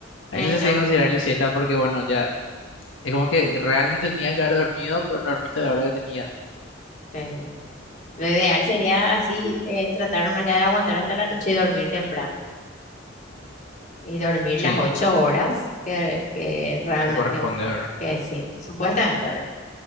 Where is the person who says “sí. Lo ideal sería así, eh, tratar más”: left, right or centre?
Left